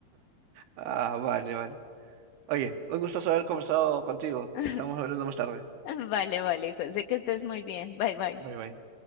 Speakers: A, on the right (about 85°); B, on the left (about 75°).
A: Ah, vale, vale. Oye, un gusto haber conversado contigo.
B: <laughs>
A: Estamos hablando más tarde.
B: Vale, vale, José, que estés muy bien. Bye, bye.
A: Bye, bye.